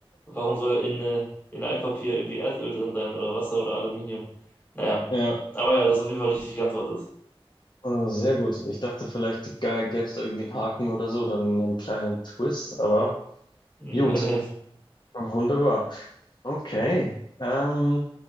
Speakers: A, on the left; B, on the left.
A: Warum soll in, äh, in Altpapier irgendwie Erdöl drin sein oder Wasser oder Aluminium? Naja,
B: Ja,
A: aber ja, das ist auf jeden Fall richtig geantwortet.
B: äh, sehr gut. Ich dachte vielleicht gäbe es da irgendwie einen Haken oder so oder einen kleinen Twist, aber
A: Nee,
B: gut,
A: nee.
B: wunderbar. Okay. Ähm,